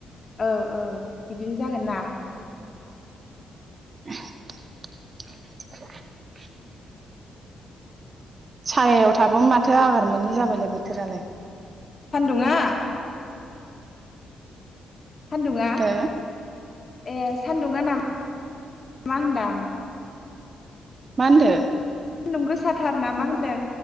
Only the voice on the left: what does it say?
औ औ बिदिनो जागोन ना
सान्दुंङा सान्दुङा
ए सान्दुङा ना मा होनदां
सान्दुं गोसाथार ना मा होन्दों